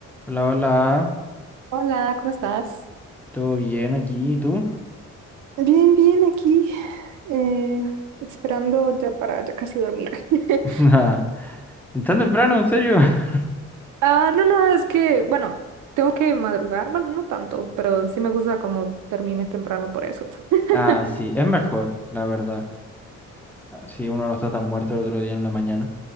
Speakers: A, in the centre; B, on the right (about 75°).
A: Hola, hola,
B: Hola, ¿cómo estás?
A: ¿todo bien aquí? ¿Y tú?
B: Bien, bien, aquí, eh, esperando ya para ya casi dormir. <laughs>
A: <laughs> ¿Es tan temprano, en serio? <laughs>
B: Ah, no, no, es que, bueno, tengo que madrugar, bueno, no tanto, pero sí me gusta como dormirme temprano por eso. <laughs>
A: Ah, sí, es mejor, la verdad. Ah, Si uno no está tan muerto el otro día en la mañana.